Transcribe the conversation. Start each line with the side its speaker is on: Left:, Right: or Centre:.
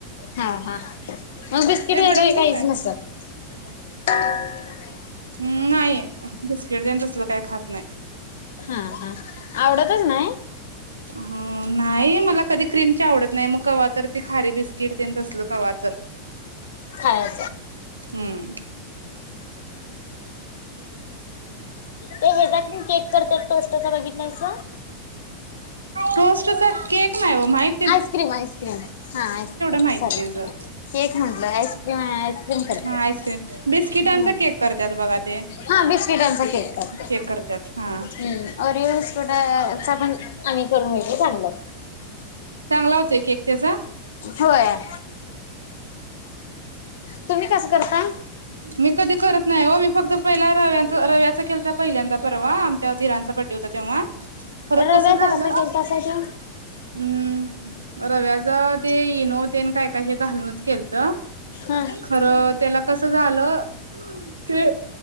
Left: हा हा मग बिस्किट
Right: ए
Left: वगैरे
Right: भडंग देऊ
Left: काहीच
Right: काय
Left: नस ह
Right: नाही बिस्किट तेन तसलं काय खात नाही
Left: हम्म हम् आवडतच नाही
Right: ह नाही मला कधी क्रीम आवडत नाही मग क्हा तर ती खारी बिस्किट असल कवा्हा तर
Left: ह
Right: हम्म
Left: ते हे जा केक करते पोस्टचा बघित नाहीस
Right: टोस्टचा केक नाही हो माहित
Left: ऐस् क्रीम ऐस् क्र्रीम हा ऐस् कम
Right: माहिती
Left: सरी
Right: त्याचं
Left: केक म्हंल ऐस् क्रीम ऐस् क्र्रीम कररी
Right: हा आईस्क्रीम बिस्किटांचा
Left: हम्
Right: केक करतात बघा ते
Left: हा बिस्किटांचा केक करते
Right: केक करतात हा
Left: हम्म र येसको पण आम्ही करून घल चांग
Right: चांगला होतोय केक त्याचा
Left: होय तुम्ही कसं करता
Right: मी कधी करत नाही हो मी फक्त पहिला रव्याचा रव्याचा केलता पहिल्यांदा आमच्या धरांचा बडडे होता तेव्हा खर कस
Left: रव्याचा
Right: झालं
Left: कसा केलतासा त्यो?
Right: हम् रव्याचा ते इनोतेन काय काय हे घालूनच केलत
Left: हा.
Right: खरं त्याला कस झालं ते